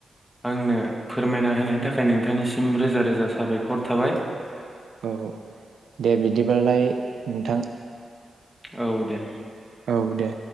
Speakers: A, in the centre; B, on the right.
A: आंनो फोरमायना होनायनि थाखाय नोंथांनिसिम रोजा रोजा साबायखर थाबाय
B: औ दे बिदिबालाय नोंथां।
A: औ दे।
B: औ दे।